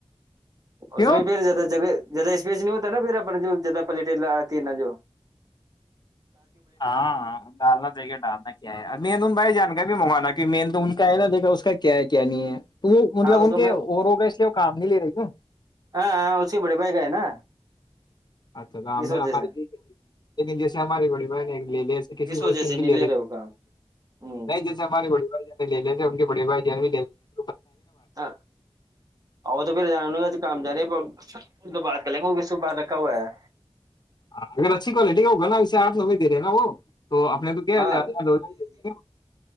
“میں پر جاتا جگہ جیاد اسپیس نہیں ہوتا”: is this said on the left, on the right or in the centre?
Right